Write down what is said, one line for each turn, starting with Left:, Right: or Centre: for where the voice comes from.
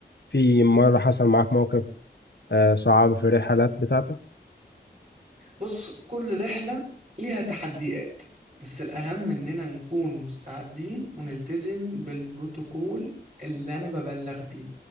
Left: في مرة حصل معاك موقف آه، صعب في الرحلات بتاعتك؟
Right: بص كل رحلة ليها تحديات بس الأهم إننا نكون مستعدين ونلتزم بالبروتوكول اللي أنا ببلغ بيه